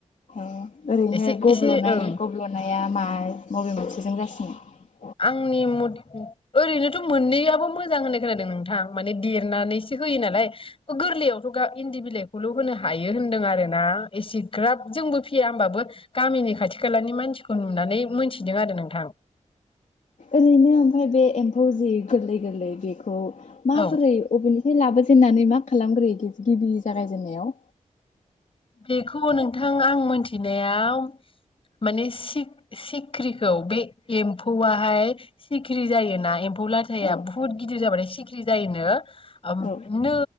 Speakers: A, on the left (about 70°); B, on the left (about 45°).
A: औ ओरैनो
B: एसे
A: गब्ल'नाय
B: एसे ओं
A: गब्ल'नाया मा बबे मोनसेजों जासिनो
B: आंनि म ओरै ओरैनोथ' मोननैयाबो मोजां होननाय खोनादों नोंथां माने देरनानैसो होयो नालाय गोरलैयावथ' ग इन्दि बिलाइखौल' होनो हायो होनदों आरोना एसे ग्राब जोंबो फैया होमब गामिनि खाथि खालानि मानसिखौ नुनानै मोनथिदों आरो नोंथां
A: ओरैनो ओमफ्राय बे एम्फौ जि गोरलै गोरलै बेखौ माबोरै
B: औ
A: अबेनिफ्राय लाबो दोननानै मा खालामग्रोयो गिबि जागायजेननायाव
B: बेखौ नोंथां आं मोनथिनायाव माने सिख्रिखौ बे एम्फौआहाय सिखिरि जायोना एमफौ थ लाथाया
A: औ
B: बहुत गदिर जाबाथाय सि ख्रि जायोनो आम
A: औ
B: नो